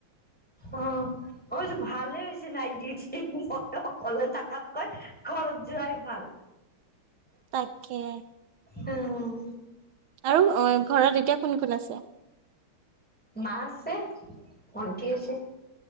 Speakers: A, in the centre; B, on the right (about 75°).
A: অ মই ভালে হৈছে নাইটউঠ ম অকলে থাকাতকৈ খৰচ জৰাাই ভাল
B: তাকে
A: উম
B: আৰু ঘৰত এতিয়া কোন কোন আছে
A: মা আছে ভণটি আছে